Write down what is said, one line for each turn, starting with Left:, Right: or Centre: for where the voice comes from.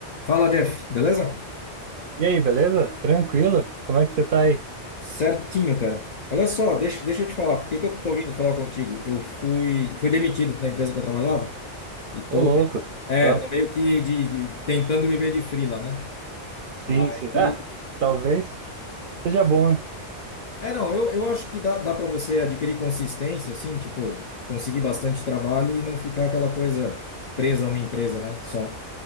Left: Fala, Jeff, beleza?
Right: E aí, beleza? Tranquilo? Como é que você tá aí?
Left: Certinho, cara. Olha só, deixa, deixa eu te falar, por que que eu tô vindo falar contigo? Eu fui, fui demitido da empresa que eu trabalhava e tô,
Right: Ô, louco.
Left: me- é,
Right: Ah,
Left: tô meio que de, de- tentando viver de freela, né?
Right: sim,
Left: Aí,
Right: sim. Ah, talvez seja bom, né?
Left: é, não, eu, eu acho que dá, dá para você adquirir consistência, assim, tipo, conseguir bastante trabalho e não ficar aquela coisa presa a uma empresa, né? Só.